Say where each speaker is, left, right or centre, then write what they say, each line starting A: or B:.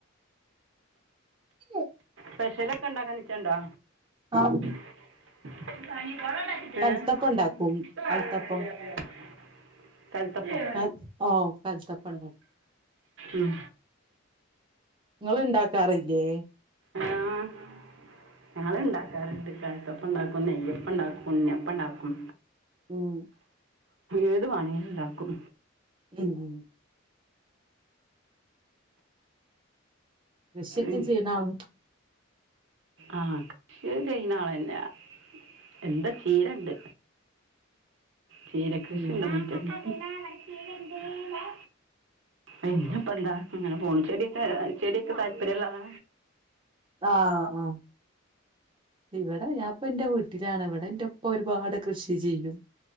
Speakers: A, on the right; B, on the right.
A: <inaudible>
B: സ്പെഷ്യല് ഒക്കെ ണ്ടാക്കാൻ നിച്ചണ്ടോ
A: ആഹ്
B: <unintelligible>
A: കൽത്തപ്പം ഉണ്ടാക്കും കൽത്തപ്പം
B: കൽത്തപ്പം
A: ക ഓ കാൽത്തപ്പം.
B: ഉം
A: നിങ്ങള് ണ്ടാക്കാറില്ലേ?
B: ആഹ് ഞങ്ങള് ഇണ്ടാക്കാറുണ്ട് കൽതപ്പം ഇണ്ടാക്കും, നെയ്യപ്പണ്ടാക്കും, ഉണ്ണിയപ്പണ്ടാക്കും.
A: ഉം
B: ഏത് വണെകിലും ണ്ടാക്കും
A: ഉം ഉം കൃഷിക്കെ
B: ഉം.
A: ചെയ്യുന്ന ആ
B: ആഹ് കൃഷി ചെയ്യുന്നാളന്നെ എന്താ ചീരണ്ട് ചീര കൃഷി
A: ഉം
B: ഇണ്ട് ആ ഇങ്ങക്ക് അറീല ഇവ്ടെ ചീരണ്ട് വ്ടെ പിന്നെ ഇപ്പ എന്താ ഇങ്ങനെ പോണ് ചെടിയൊക്കെ ചെടിയൊക്കെ താല്പര്യം ഉള്ള ആള
A: ആഹ് ആഹ് ഇവിടെ ഞാൻപ്പ എന്റെ വീട്ടിലാണ് ഇവിടെ എന്റെ ഉപ്പ ഒരുപാട് കൃഷി ചെയ്യും.